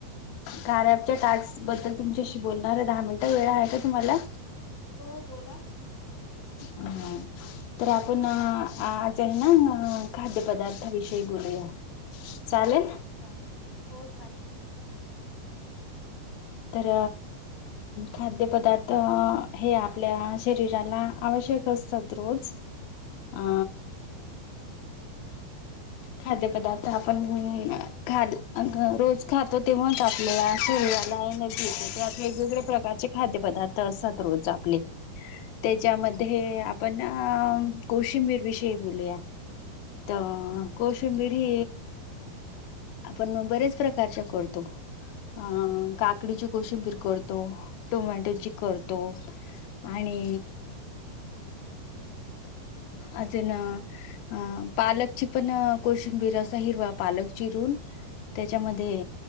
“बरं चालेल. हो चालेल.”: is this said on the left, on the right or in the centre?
Left